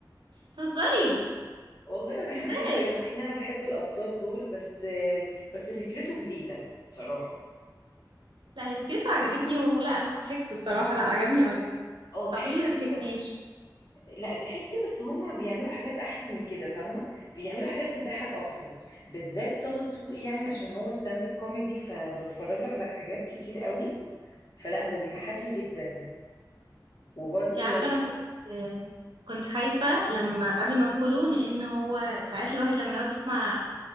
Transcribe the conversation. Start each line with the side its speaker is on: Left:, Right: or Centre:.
Right: تهزري
Left: والله ما ضحكنيش
Right: ازاي
Left: قوي مع ان انا بحب الابطال دول بس بس فكرته جديدة صراحة
Right: لا هي فكرته عجبتني ولا بس ضحكت الصراحه لا عجبني قوي
Left: اه ضحكت
Right: طب ليه
Left: بس
Right: ما ضحكتيش
Left: لا ضحكت بس هم بيعملوا حاجات احلى من كده فاهمة بيعملوا حاجات بتضحك اكتر بالذات طه دسوقي يعني عشان هو ستاند اب كوميدي فبتفرج له على حاجات كتير قوي فلا هو بيضحكني
Right: اوكي
Left: جدا وبرده
Right: انتي عارفه انا كنت كنت خايفه لما قبل ما ادخله لان هو ساعات الواحد لما يقعد يسمع